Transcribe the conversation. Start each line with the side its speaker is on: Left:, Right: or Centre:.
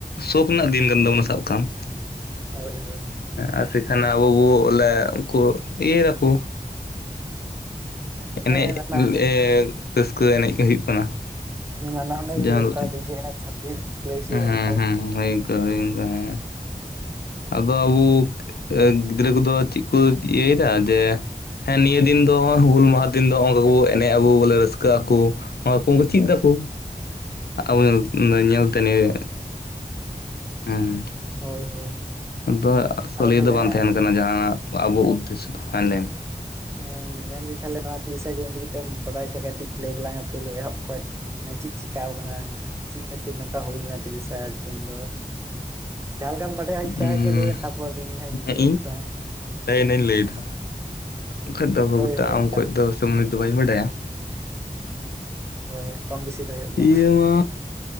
Left: ᱥᱩᱠ ᱨᱮᱱᱟᱜ ᱫᱤᱱ ᱠᱟᱱ ᱛᱟᱵᱚᱱᱟ ᱥᱟᱵ ᱦᱮᱸ
Right: ᱦᱳᱭ ᱦᱳᱭ
Left: ᱟᱨ ᱥᱮᱠᱷᱟᱱ ᱟᱵᱚ <unintelligible> ᱠᱚ ᱤᱭᱟᱹ ᱨᱟ ᱠᱚ ᱮᱱᱮᱡ
Right: ᱦᱮᱸ ᱚᱱᱟ
Left: ᱮ ᱨᱟᱹᱥᱠᱟᱹ ᱜᱮ ᱮᱱᱮᱡ ᱦᱩᱭᱩᱜ ᱠᱟᱱᱟ
Right: ᱱᱟᱱᱟ ᱦᱩᱱᱟᱹᱨ <unintelligible>
Left: ᱡᱟᱦᱟᱸ ᱫᱚ ᱪᱮᱫ
Right: ᱞᱟᱹᱭᱼᱟ
Left: ᱦᱩᱸ
Right: ᱚᱱᱠᱟ
Left: ᱦᱩᱸ ᱦᱩᱭ ᱚᱱᱠᱟ ᱦᱩᱭ ᱚᱱᱠᱟ
Right: <unintelligible>
Left: ᱦᱮᱸ ᱟᱫᱚ ᱟᱵᱚ ᱜᱤᱫᱽᱨᱟᱹ ᱠᱚᱫᱚ ᱪᱮᱫ ᱠᱚ ᱤᱭᱟᱹᱭᱮᱫᱟ ᱡᱮ ᱦᱮᱸ ᱱᱤᱭᱟᱹ ᱫᱤᱱ ᱫᱚ ᱦᱩᱞ ᱢᱟᱦᱟ ᱫᱤᱱ ᱫᱚᱠᱟ ᱮᱱᱮᱡ ᱟᱵᱚ ᱵᱚᱞᱮ ᱨᱟᱹᱥᱠᱟᱹᱜ ᱟᱠᱚ ᱩᱱᱠᱩ ᱪᱮᱫ ᱫᱟᱠᱚ <unintelligible> ᱧᱮᱞ ᱛᱮ ᱱᱤᱭᱟᱹ ᱦᱮᱸ
Right: ᱦᱳᱭ ᱦᱳᱭ
Left: ᱟᱫᱚ ᱥᱚᱞᱟᱹᱭᱮ
Right: ᱟᱫᱚ ᱛᱟᱦᱚᱞᱮ
Left: ᱫᱚ ᱵᱟᱝ ᱛᱟᱦᱮᱱ ᱠᱟᱱᱟ ᱡᱟᱦᱟᱸ ᱟᱵᱚ ᱩᱫᱽᱫᱮᱥᱥᱚ <inaudible> ᱞᱟᱹᱭᱢᱮ
Right: ᱸ ᱢᱮᱱᱫᱟᱹᱧ ᱛᱟᱦᱞᱮ ᱱᱚᱣᱟ ᱛᱤᱨᱤᱥᱟ ᱡᱩᱱ ᱞᱟᱹᱜᱤᱫ ᱛᱮᱢ ᱵᱟᱲᱟᱭ ᱠᱷᱟᱡ ᱠᱟᱹᱴᱤᱡ ᱞᱟᱹᱭ ᱛᱟᱞᱟᱝᱟ ᱯᱳᱭᱞᱳ ᱮᱦᱚᱵ ᱠᱷᱚᱱ ᱢᱟᱱ ᱪᱮᱫ ᱪᱤᱠᱠᱟᱣ ᱠᱟᱱᱟ ᱪᱮᱫ ᱠᱷᱟᱹᱛᱤᱨ ᱱᱚᱝᱠᱟ ᱦᱩᱭ ᱞᱮᱱᱟ ᱛᱤᱨᱤᱥᱟ ᱡᱩᱱ ᱫᱚ ᱡᱟᱦᱟᱸ ᱞᱮᱠᱟᱢ ᱵᱟᱰᱟᱭᱟ
Left: ᱢᱮ
Right: ᱜᱳᱢᱠᱮ <inaudible> ᱛᱟᱨᱯᱚᱨ ᱤᱧ ᱦᱚᱧ ᱞᱟᱹᱭᱮᱫ
Left: ᱦᱮᱸ
Right: ᱛᱟᱞᱟᱝ ᱟ
Left: ᱤᱧ ᱞᱟᱹᱭ ᱫᱟ ᱩᱱᱟᱹᱜ ᱫᱚ
Right: ᱦᱳᱭ
Left: ᱜᱚᱴᱟ
Right: ᱦᱳᱭ
Left: ᱩᱱ
Right: ᱮᱠᱟᱞ ᱮᱠᱟᱞ
Left: ᱫᱚ ᱥᱚᱢ ᱫᱚ ᱵᱟᱹᱧ ᱵᱟᱰᱟᱭᱟ
Right: ᱦᱳᱭ ᱠᱚᱢ ᱵᱮᱥᱤ ᱫᱚ ᱦᱩᱭᱩᱜ ᱜᱮᱭᱟ
Left: ᱤᱭᱟᱹ ᱢᱟ